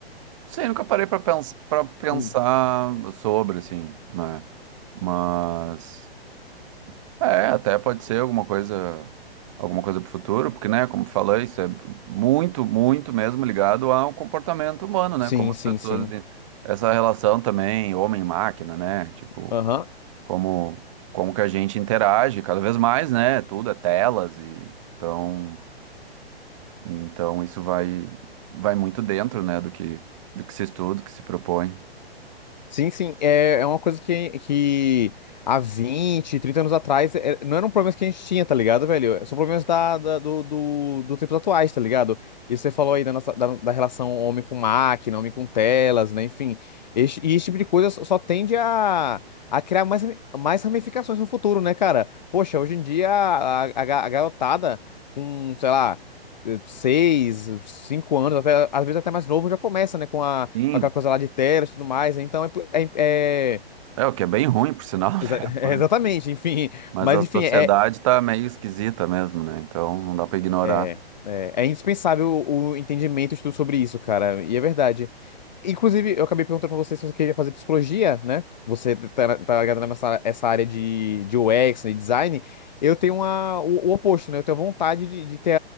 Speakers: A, on the right; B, on the left.
A: sei, nunca parei pra pens pra pensar
B: Hum.
A: sobre, assim, né? Mas. É, até pode ser alguma coisa. Alguma coisa pro futuro, porque, né, como falei, isso é muito, muito mesmo ligado ao comportamento humano,
B: Sim,
A: né? Como as
B: sim,
A: pessoas.
B: sim.
A: vi- Essa relação também, homem-máquina, né? Tipo,
B: Aham.
A: como, como que a gente interage cada vez mais, né? Tudo é telas e. Então. E Então isso vai vai muito dentro, né, do que do que se estuda, do que se propõe.
B: Sim, sim, é, é uma coisa que, que há 20 30 anos atrás é- não eram problemas que a gente tinha, tá ligado, velho? São problemas da, da- do, do, do tempos atuais, tá ligado? E você falou aí da, nossa, da, da relação homem com máquina, homem com telas, né? Enfim, esse- e esse tipo de coisa só só tende a, a criar mais, mais ramificações no futuro, né, cara? Poxa, hoje em dia a, a, ga- a garotada com, sei lá, eh, seis, cinco anos, até, às vezes até mais novo, já começa, né, com a
A: Sim,
B: aquela coisa lá de telas e tudo mais. né? Então é, é, é-
A: é o que é bem ruim, por sinal, né? <laughs>
B: exa- <laughs> é
A: Mas,
B: exatamente, enfim.
A: mas
B: Mas
A: a
B: enfim,
A: sociedade
B: é,
A: tá meio esquisita mesmo, né? Então não dá para ignorar.
B: é, é, é indispensável o, o entendimento e estudo sobre isso, cara. E é verdade. Inclusive, eu acabei perguntando pra você se você queria fazer psicologia, né? Você tá, tá ligado nessa essa área de, de UX, né, design. Eu tenho uma, o, o oposto, né? Eu tenho vontade de, de ter